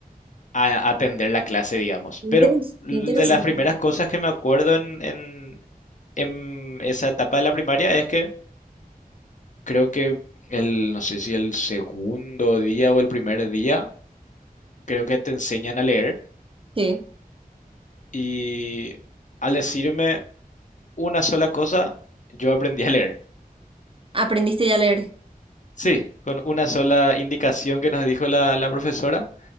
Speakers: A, on the left (about 55°); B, on the right (about 35°).
A: a atender la clase, digamos.
B: Interes-
A: Pero l-
B: qué interesante.
A: de las primeras
B: eso.
A: cosas que me acuerdo en, en- en esa etapa de la primaria es que creo que el, no sé si el segundo día o el primer día, creo que te enseñan a leer
B: Sí.
A: y al decirme una sola cosa, yo aprendí a leer.
B: ¿Aprendiste ya a leer?
A: Sí, con una sola indicación que nos dijo la, la profesora,